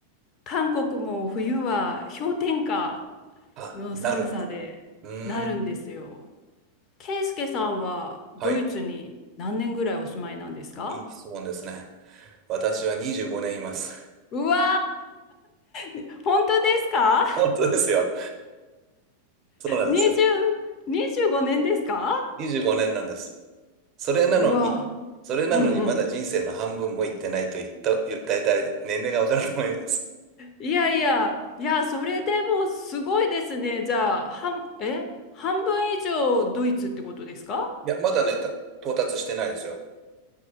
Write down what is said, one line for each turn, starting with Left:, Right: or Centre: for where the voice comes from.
Left: 韓国も冬は氷点下
Right: あ、
Left: の寒さでなるんですよ。
Right: なるんですね。うーん。
Left: ケイスケさんはドイツに何年ぐらいお住まいなんですか
Right: はい。いい質問ですね。私は25年います。
Left: うわー、本当ですか
Right: <laughs> 本当ですよ。そうなんですよ。
Left: ？20、25年ですか？
Right: 25年なんです。それなのに、
Left: うわ、
Right: それなのにまだ人生の半分も行ってないと言った、
Left: うんうん。
Right: だいたい年齢がわかると思います。
Left: いやいや、いや、それでもすごいですね。じゃあ、半、え半分以上ドイツってことですか
Right: いや、まだね、た到達してないですよ。